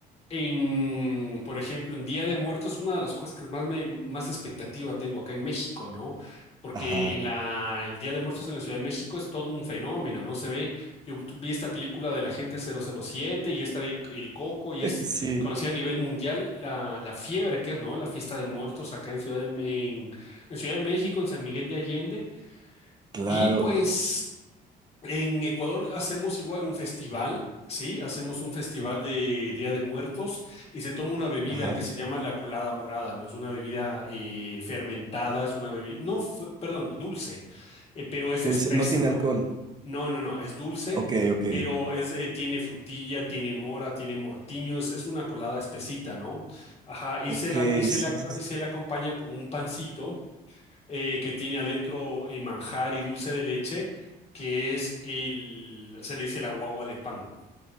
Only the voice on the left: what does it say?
en, por ejemplo, en Día de Muertos, una de las cosas que más me, más expectativa tengo acá en México, ¿no? Porque
en la, el Día de Muertos en la Ciudad de México es todo un fenómeno, ¿no? Se ve, yo tu- vi esta película de la gente cero cero siete y está el, el Coco y es
conocida a nivel mundial la, la fiebre que es, ¿no? La fiesta de muertos acá en Ciudad de, en en Ciudad de México, en San Miguel de Allende.
Y pues... En Ecuador hacemos igual un festival, ¿sí? Hacemos un festival de Día de Muertos y se toma una bebida
que se llama la colada morada, ¿no? Es una bebida eh, fermentada, es una bebida, no, fe- perdón, dulce, eh, pero es
espesa,
¿no?
No, no, no, es dulce,
pero es, eh, tiene frutilla, tiene mora, tiene mortiño, es, es una colada espesita, ¿no? Ajá, y
se la, y se
la,
y se la acompaña con un pancito eh, que tiene adentro eh, manjar y dulce de leche, que es el, se le dice la guagua de pan.